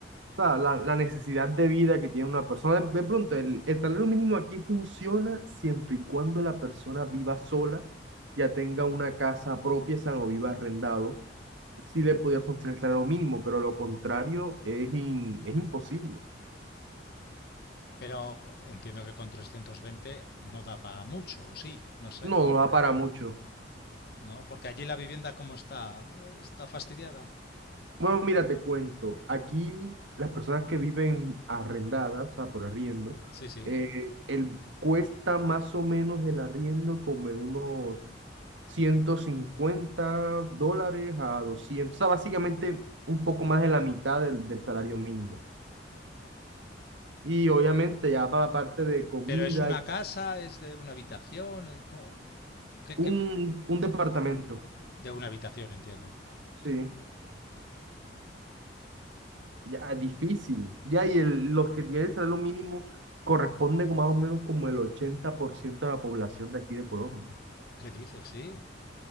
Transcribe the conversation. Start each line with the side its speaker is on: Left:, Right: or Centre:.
Right: o sea, la, la necesidad de vida que tiene una persona. De, de pronto, el, el salario mínimo aquí funciona siempre y cuando la persona viva sola, ya tenga una casa propia, o sea, no viva arrendado sí le podía funcionar el salario mínimo, pero lo contrario es, in- es imposible.
Left: Pero entiendo que con 320 no da para mucho, o sí, no sé,
Right: No, no da para mucho.
Left: ¿no? Porque allí la vivienda cómo está, está fastidiada.
Right: Bueno, mira, te cuento. Aquí las personas que viven arrendadas, o sea, por arriendo,
Left: Sí, sí.
Right: eh, el, cuesta más o menos el arriendo como en unos 150 dólares a doscientos o sea, básicamente un poco más de la mitad del, del salario mínimo. Y obviamente ya para la parte de comida,
Left: Pero es una casa, es de una habitación, eh, ¿cómo? ¿Qué- qué?
Right: un, un departamento,
Left: de una habitación, entiendo.
Right: sí. Ya, ah, difícil. Ya, y el, los que tienen el salario mínimo corresponden con más o menos como el 80% de la población de aquí de Colombia.
Left: ¿Qué dices? Sí.